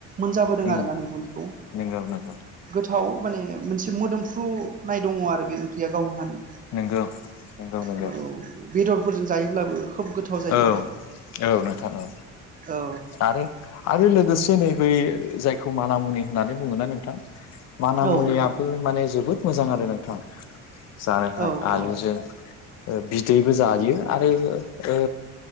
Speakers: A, on the right (about 25°); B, on the left (about 55°).
A: मोनजाबोदों
B: उम
A: आरोना नोंथां बेखौ
B: नंगौ नोंगौ
A: गोथाव माने मोनसे मोदोमफ्रु फ्रुनाय दङ आरो बे ओंख्रिया गावनि हानि
B: नंगौ नंगौ नंगौ
A: औ बेदरफोरजों जायोब्लाबो खोब गोथाव जायो
B: औ औ नोंथां औ
A: औ
B: आरो आरो लोगोसे नैबे जायखौ माना मुनि होननानै बुङोना नोंथां मान मुनियाबो
A: औ
B: माने जोबोद मोजां आरो नोंथां जानोखाय
A: औ
B: आलुजों
A: औ
B: बिदैबो जायो आरो ओ